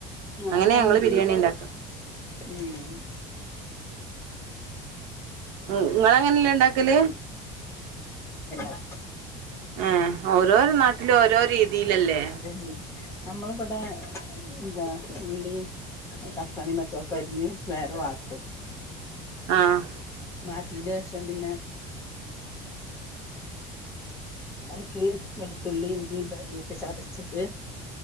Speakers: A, on the left; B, on the right.
A: ആഹ്
B: അങ്ങനെ
A: അപ്പൊ
B: ഞങ്ങള്
A: എന്നിട്ട്
B: ബിരിയാണിണ്ടാക്ക
A: ഉം
B: നിങ്ങളങ്ങനല്ലേ ഉണ്ടാക്കല്
A: <unintelligible>
B: ഏഹ് ഓരോരോ നാട്ടിലും ഓരോ രീതീലല്ലേ
A: <unintelligible> അമ്മള് വടേ എന്താ ഉള്ളി തക്കാളീം പച്ചോളൊക്കെരിഞ്ഞ് വേറെ വാട്ടും
B: ആഹ്
A: വാട്ടിയെന്റെഷം പിന്നെ അയ്ക്ക് വെളുത്തുള്ളി ഇഞ്ചി ഒക്കെ ചതച്ചിട്ട്